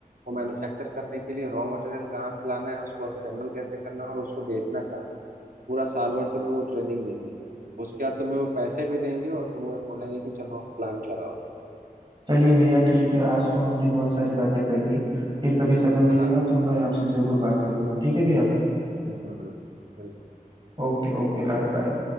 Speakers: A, on the right; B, on the right.
A: को मैन्युफैक्चर करने के लिए रॉ मटेरियल कहाँ से लाना है उसको असेंबल कैसे करना है और उसको बेचना कहाँ है पूरा साल भर तुम्हें वो ट्रेनिंग देंगे उसके बाद तुम्हें वो पैसे भी देंगे और तुम्हें बोलेंगे कि चलो प्लांट लगाओ
B: चलिए भैया ठीक है आज तो हमने बहुत सारी बातें कर ली फिर कभी समय
A: हाँ
B: मिलेगा तो मैं आपसे जरूर बात करूंगा ठीक है भैया
A: बिल्कुल बिल्कुल बिल्कुल
B: Okay okay bye bye